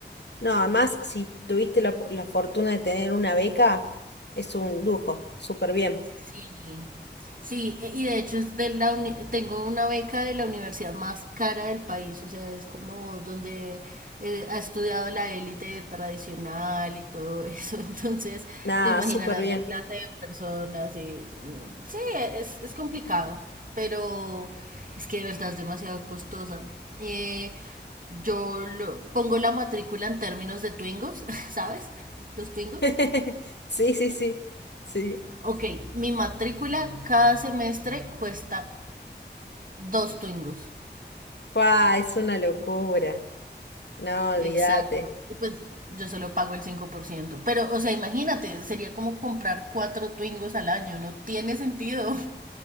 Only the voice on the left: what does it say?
No, además, si tuviste la, la fortuna de tener una beca, es un lujo. Súper bien.
Nada,
súper bien.
<laughs> Sí, sí, sí. Sí.
¡Guau! Es una locura. No, olvídate.